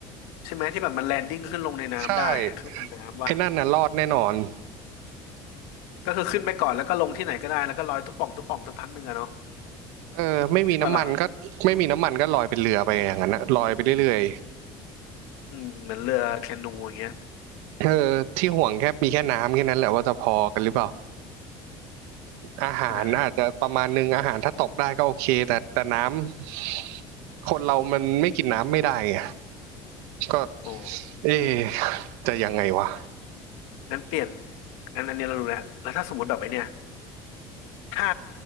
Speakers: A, on the left (about 80°); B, on the right (about 85°).
A: ใช่ไหมที่แบบมันแลนดิ้งขึ้นลงในน้ำได้อะเครื่องบินน้ำวะ
B: ใช่ไอ้นั่นน่ะรอดแน่นอน
A: ก็คือขึ้นไปก่อนแล้วก็ลงที่ไหนก็ได้แล้วก็ลอยตุ๊ป่องตุ๊ป่องสักพักหนึ่งอะเนาะ
B: เออไม่มีน้ำมันก็ไม่มีน้ำมันก็ลอยเป็นเรือไปอย่างนั้นนะลอยไปเรื่อย
A: ใช่ปะล่ะอืมเหมือนเรือแคนูอย่างเงี้ย
B: ๆเออที่ห่วงแค่มีแค่น้ำแค่นั้นแหละว่าจะพอกันหรือเปล่า อาหารอาจจะประมาณนึงอาหารถ้าตกได้ก็โอเคแต่แต่น้
A: เออ
B: ำคนเรามันไม่กินน้ำไม่ได้ไงก็
A: โอ้
B: เอ๊ะจะยังไงวะ
A: งั้นเปลี่ยนงั้นอันนี้เรารู้แล้วแล้วถ้าสมมติแบบไอ้เนี่ยถ้า